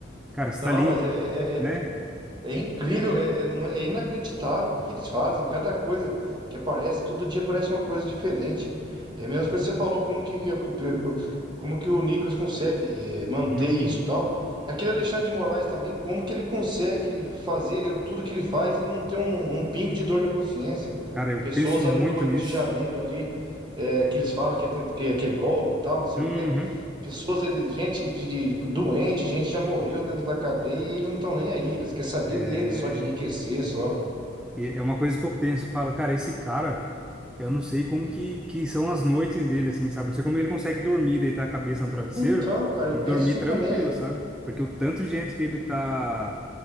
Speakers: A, in the centre; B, on the right (about 25°).
A: cara, você
B: Não,
A: tá ali,
B: mas
A: co-
B: é,
A: né?
B: é- é É incrível, é, é não- é é inacreditável o que, que eles fazem. Cada coisa que aparece, todo dia aparece uma coisa diferente. É a mesma coisa que você falou, como que, que o- como que o Nicolas consegue eh, manter
A: Uhum.
B: isso e tal. Aquele Alexandre de Moraes também, como que ele consegue fazer eh, tudo que ele faz e não ter um, um pingo de dor na consciência.
A: Cara, eu
B: Pessoas
A: penso muito
B: ali do 8
A: nisso.
B: de janeiro ali, eh, que eles falam que é, tenta- que é- que é golpe e tal, não sei
A: Uhum.
B: o quê. Pessoas, eles- gente de, de- doente, gente já morreu dentro da cadeia e eles não estão nem aí, eles querem saber
A: É.
B: deles, só de enriquecer, só.
A: E é uma coisa que eu penso, falo, cara, esse cara, eu não sei como que, que são as noites dele, assim, sabe? Não sei como ele consegue dormir, deitar a cabeça no travesseiro
B: Então, cara, eu
A: e
B: penso
A: dormir
B: assim
A: tranquilo,
B: também.
A: sabe? Porque o tanto de gente que ele tá,